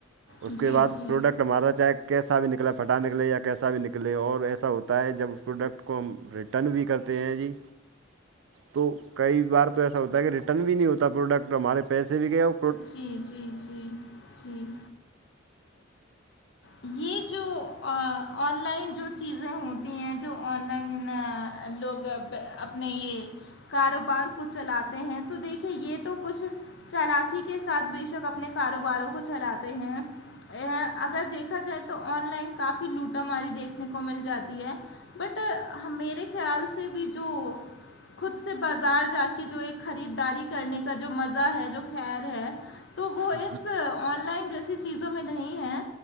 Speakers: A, on the right; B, on the left.
A: اس
B: جی
A: کے بعد
B: جی
A: پروڈکٹ ٹ ہمارا چاہے کیسا بھی نکلا پھٹا نکلے یا کیسا بھی نکلے اور ایسا ہوتا ہے جب پروڈکٹ اس کو ہم ریٹرن بھی کرتے ہیں جی تو کئی بار تو ایسا ہوتا ہے کہ ریٹرن بھی نہیں ہوتا پروڈکٹ ہمارے پیسے بھی گئے ہو
B: جی جی جی جی یہ جو آن لائن جو چیزیں ہوتی ہیں جو آن لائن <unintelligible> لوگ اپنے یہ کاروبار کچھ چلاتے ہیں تو دیکھیے یہ تو کچھ چالکی کے ساتھ بے شک اپنے کاروباروں کو چلاتے ہیں یہ اگر دیکھا جائے تو آن لائن کافی لوٹا ماری دیکھنے کو مل جاتی ہے بٹ میرے خیال سے بھی جو خود سے بازار جا کے جو ایک خریداری کرنے کا جو مزہ ہے جو خیر ہے تو وہ
A: جی
B: اس آن لائن جیسی چیزوں میں نہیں ہے